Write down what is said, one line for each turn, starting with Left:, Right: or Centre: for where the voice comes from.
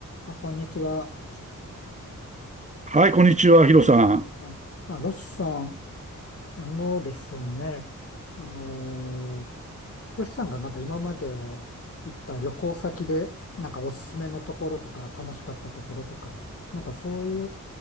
Left: あ、こんにちは。
Right: はい、こんにちは、ヒロさん。
Left: はい。あ、ロシさん、あのですね、あのーロシさんがなんか今まで行った旅行先で、なんかおすすめのところとか、楽しかったところとか、なんかそうい